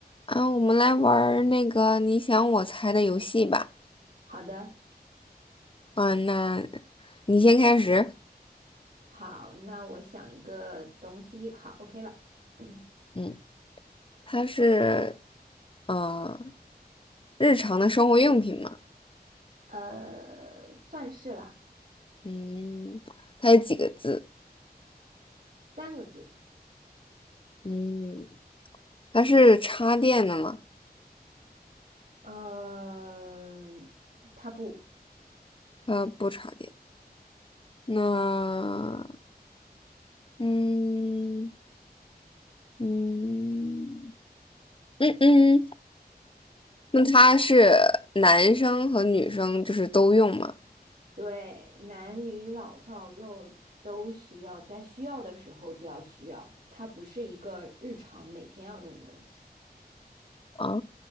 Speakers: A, on the left; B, on the right.
A: 啊，我们来玩儿那个你想我猜的游戏吧。
B: 好的，
A: 嗯，那你先开始。
B: 好，那我想一个东西，好，OK 了，<clears throat>
A: 嗯，它是，呃，日常的生活用品嘛。
B: 呃，算是啦，
A: 嗯，它有几个字？
B: 三个字，
A: 嗯，它是插电的吗？
B: 呃，它不
A: 它不插电。那，嗯嗯嗯嗯，那它是男生和女生就是都用吗？
B: 对，男女老少幼都需要，在需要的时候就要需要，它不是一个日常每天要用的东西，
A: 啊，